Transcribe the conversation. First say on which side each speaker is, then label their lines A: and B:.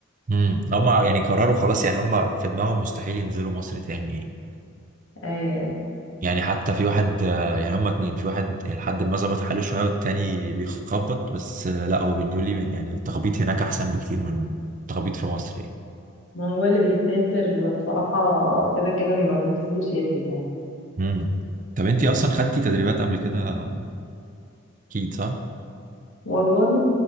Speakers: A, on the right (about 40°); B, on the left (about 75°).
A: امم هما يعني قرروا خلاص يعني هما في دماغهم مستحيل ينزلوا مصر تاني يعني.
B: ايوه ايوه
A: يعني حتى في واحد آه، يعني هما اتنين في واحد لحد ما ظبط حاله شوية والتاني بيخبط بس آه، لا هو بيقول لي يعني التخبيط هناك أحسن بكتير من التخبيط في مصر يعني
B: ما هو اللي بيسافر بصراحة كده كده ما بحبش يرجع يعني
A: امم طب انتي أصلا خدتي تدريبات قبل كده أكيد صح؟
B: والله